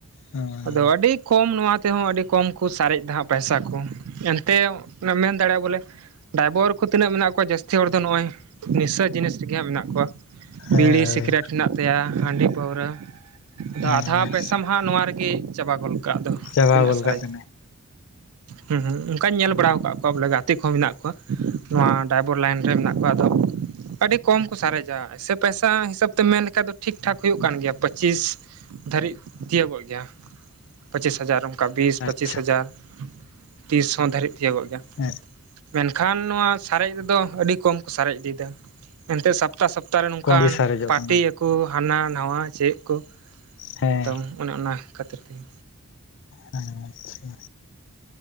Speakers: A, on the left; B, on the right.
A: ᱦᱮᱸᱻ
B: ᱛᱚ ᱟᱹᱰᱤ ᱠᱚᱢ ᱱᱚᱣᱟ ᱛᱮᱦᱚᱸ ᱟᱹᱰᱤ ᱠᱚᱢ ᱠᱚ ᱥᱟᱨᱮᱡ ᱫᱟ ᱦᱟᱸᱜ ᱯᱟᱭᱥᱟ ᱠᱚ ᱮᱱᱛᱮᱣ ᱚᱱᱮᱢ ᱢᱮᱱ ᱫᱟᱲᱮᱭᱟᱜᱼᱟ᱾ ᱵᱚᱞᱮ ᱰᱟᱭᱵᱚᱨ ᱠᱚ ᱛᱤᱱᱟᱹᱜ ᱢᱮᱱᱟᱜ ᱠᱚᱣᱟ ᱡᱟᱹᱥᱛᱤ ᱦᱚᱲ ᱫᱚ ᱱᱚᱜᱼᱚᱭ ᱱᱤᱥᱟᱹ ᱡᱤᱱᱤᱥ ᱨᱮᱜᱮ ᱦᱟᱸᱜ ᱢᱮᱱᱟᱜ ᱠᱚᱣᱟ᱾
A: ᱦᱮᱸ ᱦᱳᱭ
B: ᱵᱤᱲᱤ ᱥᱤᱠᱨᱮᱴ ᱦᱮᱱᱟᱜ ᱛᱟᱭᱟ ᱦᱟᱺᱰᱤ ᱯᱟᱹᱣᱨᱟᱹ ᱟᱫᱚ
A: ᱦᱮᱸ
B: ᱟᱫᱷᱟ ᱯᱟᱭᱥᱟ ᱢᱟ ᱦᱟᱸᱜ ᱱᱚᱣᱟ ᱨᱮᱜᱮ ᱪᱟᱵᱟ ᱜᱚᱞ ᱠᱟᱜ ᱫᱚ
A: ᱪᱟᱵᱟ
B: ᱛᱤᱱᱟᱹᱜ
A: ᱜᱚᱫ
B: ᱮ ᱥᱟᱨᱮᱡᱟ
A: ᱠᱟᱜ ᱠᱟᱱᱟᱭ
B: ᱦᱩᱸ ᱦᱩᱸ ᱚᱱᱠᱟᱧ ᱧᱮᱞ ᱵᱟᱲᱟᱣ ᱟᱠᱟᱫ ᱠᱚᱣᱟ ᱵᱚᱞᱮ ᱜᱟ ᱛᱮ ᱢᱮᱱᱟᱜ ᱠᱚᱣᱟ ᱱᱚᱣᱟ ᱰᱟᱭᱵᱚᱨ ᱞᱟᱭᱤᱱ ᱨᱮ ᱢᱮᱱᱟᱜ ᱠᱚᱣᱟ᱾ ᱟᱫᱚ ᱟᱹᱰᱤ ᱠᱚᱢ ᱠᱚ ᱥᱟᱨᱮᱡᱟ ᱥᱮ ᱯᱟᱭᱥᱟ ᱦᱤᱥᱟᱹᱵᱽ ᱛᱮᱢ ᱢᱮᱱ ᱞᱮᱠᱷᱟᱡ ᱫᱚ ᱴᱷᱤᱠ ᱴᱷᱟᱠ ᱦᱩᱭᱩᱜ ᱠᱟᱱ ᱜᱮᱭᱟ᱾ᱯᱟᱪᱤᱥ ᱫᱷᱟᱹᱨᱤᱡ ᱛᱤᱭᱟᱹᱵᱚᱜ ᱜᱮᱭᱟ ᱯᱟᱪᱤᱥ ᱦᱟᱡᱟᱨ ᱚᱱᱠᱟ ᱵᱤᱥ
A: ᱟᱪᱪᱷᱟ
B: ᱯᱟᱪᱤᱥ ᱦᱟᱡᱟᱨ ᱛᱤᱥ ᱦᱚᱸ ᱫᱷᱟᱹᱨᱤᱡ ᱛᱤᱭᱟᱹᱜᱚᱜ ᱜᱮᱭᱟ
A: ᱦᱮᱸ
B: ᱢᱮᱱᱠᱷᱟᱱ ᱱᱚᱣᱟ ᱥᱟᱨᱮᱡᱽ ᱨᱮᱫᱚ ᱟᱹᱰᱤ ᱠᱚᱢ ᱠᱚ ᱥᱟᱨᱮᱡ ᱤᱫᱤᱭᱮᱫᱟ ᱮᱱᱛᱮ ᱥᱟᱯ ᱥᱟᱯᱛᱟᱼᱥᱟᱯᱛᱟ ᱨᱮ ᱱᱚᱝᱠᱟᱱ
A: ᱠᱚᱢ ᱜᱮ ᱥᱟᱨᱮᱡᱚᱜ
B: ᱯᱟᱴᱤᱭᱟ
A: ᱠᱟᱱᱟ
B: ᱠᱚ ᱦᱟᱱᱟ ᱱᱟᱶᱟ ᱪᱮᱫ ᱠᱚ
A: ᱦᱮᱸ
B: ᱮᱠᱫᱚᱢ ᱚᱱᱮ ᱚᱱᱟ ᱠᱷᱟᱹᱛᱤᱨ ᱛᱮᱜᱮ
A: ᱦᱮᱸ ᱟᱪᱪᱷᱟ